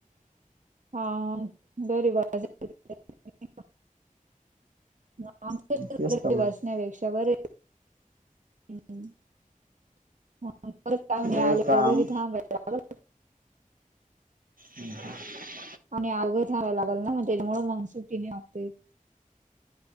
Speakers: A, on the right; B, on the right.
A: हा, घरी बस <unintelligible> म आमचं <inaudible>
B: तेच तर मग
A: नाही पेक्षा बरय हम्म, परत पावणे
B: हे
A: आले
B: काम
A: तर घरी थांबाय लागलं.
B: हम्म ह
A: आणि <unintelligible> थांबाय लागल ना मग त्याच्यामुळ मंग सुट्टी नाय मागता येत.